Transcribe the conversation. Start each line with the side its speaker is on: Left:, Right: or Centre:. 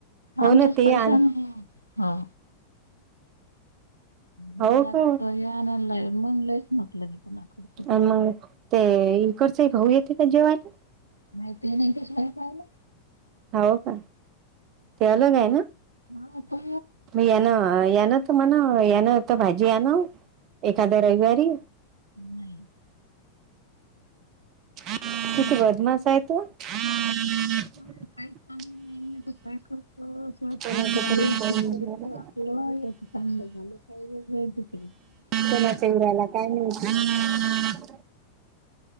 Right: हो
Left: आमच्याच
Right: ना ते
Left: पैशानं
Right: आण
Left: <unintelligible> हो. घरी
Right: हो
Left: लागलं
Right: का
Left: तेव्हा हे आणाय मग नाहीच म्हटलं तर कोणाकडं ते.
Right: मग ते इकडचे भाऊ येते का जेवायले?
Left: नाही ते नाही कसं काय पाहिलं?
Right: हो का? ते अलग आहे ना?
Left: हा तो
Right: मग येणार. यान तर म्हणावं यानं तर भाजी आणा वो एखाद्या रविवारी.
Left: नाही.
Right: <unintelligible> किती वर्धमास आहे तू <unintelligible>
Left: मग <unintelligible>
Right: कोणाचा तरी फोन आला
Left: <unintelligible>
Right: कोणाचा येऊ राहिला काय माहिती.